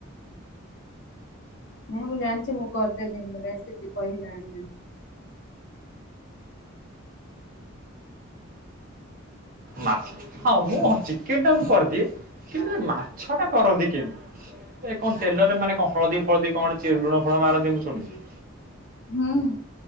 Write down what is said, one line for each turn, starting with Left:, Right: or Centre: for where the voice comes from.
Left: ନାଇଁ ମୁଁ ଜାଣିଛି ମୁଁ କରିଦେବି ମୁଁ ରେସିପି କହି ଜାଣିିନି
Right: ମାଛ ହଁ ମୁଁ ହଁ ଚିକେନ ଟା କରିଦିଏ କିନ୍ତୁ ଏ ମାଛ ଟା କରନ୍ତି କେମିତି ଏ କଣ ତେଲରେ ମାନେ କଣ ହଳଦୀ ଫଳଦୀ କଣଛି ଲୁଣ ଫୁଣ ମାରନ୍ତି ମୁଁ ଶୁଣିଛି
Left: ହୁଁ